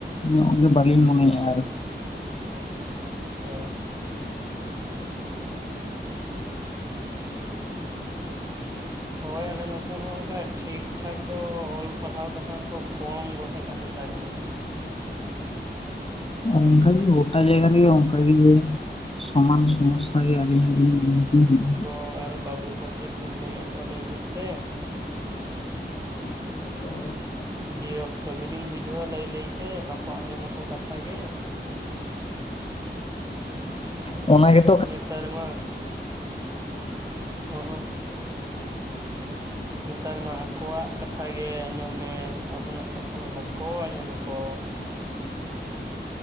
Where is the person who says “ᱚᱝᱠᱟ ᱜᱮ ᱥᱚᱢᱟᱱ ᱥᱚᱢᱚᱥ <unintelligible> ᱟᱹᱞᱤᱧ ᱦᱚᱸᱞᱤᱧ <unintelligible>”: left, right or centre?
Left